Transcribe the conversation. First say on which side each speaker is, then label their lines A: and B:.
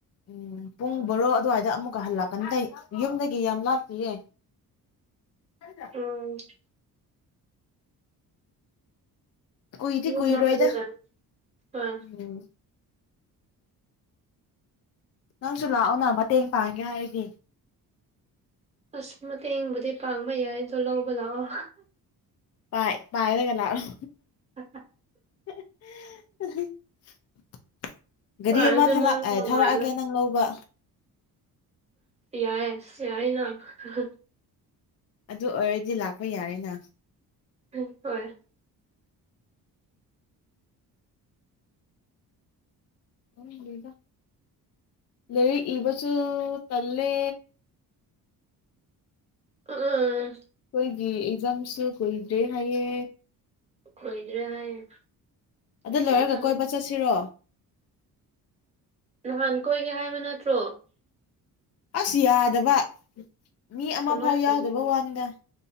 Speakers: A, on the left; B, on the right.
A: ꯎꯝ ꯄꯨꯡ ꯕꯔꯣ ꯑꯗꯨꯋꯥꯏꯗ ꯑꯃꯨꯛꯀ ꯍꯜꯂꯛꯀꯟꯗꯩ ꯌꯨꯝꯗꯒꯤ ꯌꯥꯝ ꯂꯥꯞꯇꯤꯌꯦ <unintelligible>
B: ꯎꯝ
A: ꯀꯨꯏꯗꯤ
B: ꯌꯨꯝꯂꯛꯑꯗꯤ
A: ꯀꯨꯏꯔꯣꯏꯗ
B: ꯌꯥꯔꯦ ꯑꯥ
A: ꯎꯝ ꯅꯪꯁꯨ ꯂꯥꯛꯑꯣꯅ ꯃꯇꯦꯡ ꯄꯥꯡꯒꯦ ꯍꯥꯏꯔꯗꯤ
B: ꯑꯁ ꯃꯇꯦꯡꯕꯨꯗꯤ ꯄꯥꯡꯕ ꯌꯥꯏ ꯑꯗꯣ ꯂꯧꯕ ꯂꯥꯛꯑꯣ
A: ꯄꯥꯏ ꯄꯥꯏꯔꯒ ꯂꯥꯛꯑꯣ
B: <unintelligible>
A: <unintelligible> ꯒꯔꯤ
B: ꯄꯥꯔꯗꯤ
A: ꯑꯃ ꯊꯥꯂꯛ
B: ꯃꯥꯡ
A: ꯑꯥ
B: ꯃꯃꯥꯡꯒ
A: ꯊꯥꯂꯛꯑꯒꯦ ꯅꯪ ꯂꯧꯕ
B: ꯌꯥꯏꯌꯦ ꯌꯥꯏꯅ ꯍ ꯍ
A: ꯑꯗꯨ ꯑꯣꯏꯔꯗꯤ ꯂꯥꯛꯄ ꯌꯥꯔꯦꯅ
B: ꯍ ꯍꯣꯏ
A: ꯈꯪꯗꯦꯗ ꯂꯩꯔꯤꯛ ꯏꯕꯁꯨꯨ ꯇꯜꯂꯦ
B: ꯑ ꯑꯥ
A: ꯈꯣꯏꯒꯤ ꯑꯦꯛꯖꯥꯝꯁꯨ ꯀꯨꯏꯗ꯭ꯔꯦ ꯍꯥꯏꯌꯦ
B: ꯀꯨꯏꯗ꯭ꯔꯦ ꯍꯥꯏꯌꯦ
A: ꯑꯗꯨ ꯂꯣꯏꯔꯒ
B: ꯃꯊꯪ
A: ꯀꯣꯏꯕ ꯆꯠꯁꯤꯔꯣ
B: ꯅꯍꯥꯟ ꯀꯣꯏꯒꯦ ꯍꯥꯏꯕ ꯅꯠꯇ꯭ꯔꯣ
A: ꯑꯁ ꯌꯥꯗꯕ ꯃꯤ ꯑꯃ
B: ꯀꯃꯥꯏꯅ
A: ꯐꯥꯎ
B: ꯇꯧꯒꯦ
A: ꯌꯥꯎꯗꯕ ꯋꯥꯅꯤꯗ